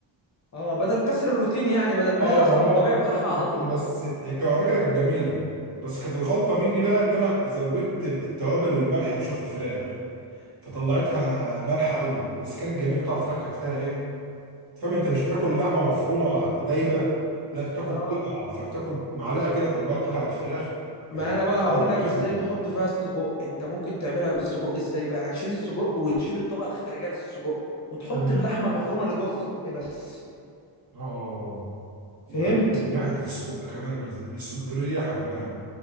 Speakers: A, on the left; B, on the right.
A: اه بدل كسر الروتين يعني بدل ما
B: اه
A: هي اصلا
B: ما هو
A: الطبيعي
B: انا كسرت
A: بتاعها
B: الاثنين
A: على طول لحمه
B: بس هي على فكره كانت جميله بس كانت الغلطه مني بقى ان انا زودت التوابل والملح شويه في الفراخ فطلعتها مالحه قوي بس كانت جميله قطع الفراخ كانت فيها ايه فاهم انت مش بتاكل لحمه مفرومه دايبه لا انت بتاكل
A: اه
B: قطع فبتاكل معلقه كده في قلبها قطعه فراخ
A: ما
B: بتحس
A: انا بقى هقول
B: طعم الفراخ
A: لك ازاي
B: قوي
A: تحط فيها السجق انت ممكن تعملها بالسجق ازاي بقى هتشيل السجق وتشيل الطبقه الخارجيه للسجق وتحط
B: تمام
A: اللحمه المفرومه اللي جوه السجق بس
B: اه
A: فهمت
B: يبقى دي ريحه السجق كمان السجق له ريحه كمان